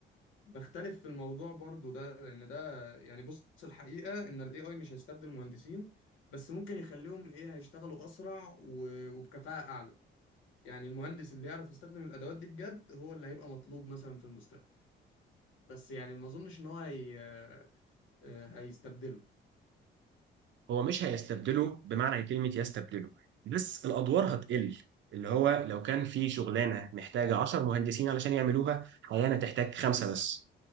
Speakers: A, on the left; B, on the right.
A: بختلف في الموضوع برضو ده لان ده يعني بص الحقيقة ان الاي اي مش هيستبدل المهندسين بس ممكن يخليهم ايه هيشتغلوا اسرع و- وبكفاءة اعلى يعني المهندس اللي يعرف يستخدم الادوات دي بجد هو اللي هيبقى مطلوب مثلا في المستقبل بس يعني ما اظنش ان هو هي... آه، هيستبدله
B: هو مش هيستبدله بمعنى كلمة يستبدله بس الأدوار هتقل اللي هو لو كان في شغلانة محتاجة 10 مهندسين علشان يعملوها حاليا هتحتاج خمسة بس